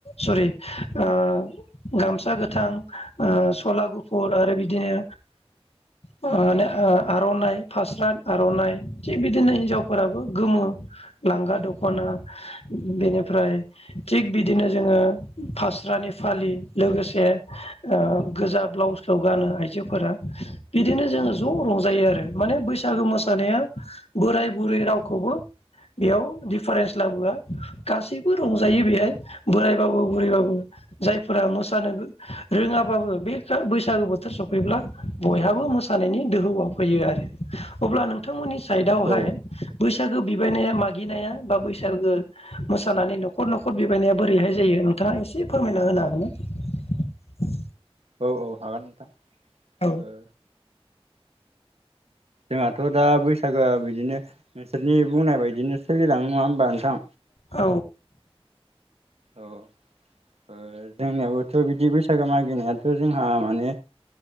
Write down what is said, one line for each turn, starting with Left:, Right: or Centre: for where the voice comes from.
Left: सरि ओ गामसा गोथां ओ सला गुफुर आरो बिदिनो। माने आर'नाइ फास्रां आर'नाइ थिग बिदिनो हिनजाव फोराबो गोमो लांगा दख'ना बेनिफ्राय थिग बिदिनो जोंङो। ओ फास्रानि फालि लोगोसे ओ गोजा ब्लाउसखौ गानो आइजो। फोरा बिदिनो जोंङो ज' रंजायो आरो माने बैसागो मोसानाया बोराय बुरै रावखौबो। बेयाव दिडफारेन्स लाबोआ गासैबो रंजायो बेहाय बोरायबाबो बुरैबाबो। जायफोरा मोसानो रोङाबाबो बे बैसागो बोथोर सफैब्ला बयहाबो मोसानायनि दोहौआव फैयो आरो अब्ला नोंथांमोननि साइदआवहाय
Right: औ
Left: बैसागो बिबायनाया मागिनाया बा बैसागो मोसानानै न'खर न'खर बिबायनाया बोरैहाय जायो? नोंथाङा एसे फोरमायना होनो हागोन ना?
Right: औ औ हागोन नोंथां
Left: औ
Right: ओ। जोंहाथ' दा बैसागोआ बिदिनो नोंसोरनि बुंनाय बाय दिनो सोलिलाङो नङा होमबा नोंथां।
Left: औ
Right: औ। ओ जोंनियाबोथ' बिदि बैसागो मागिनायाथ' जोंहा माने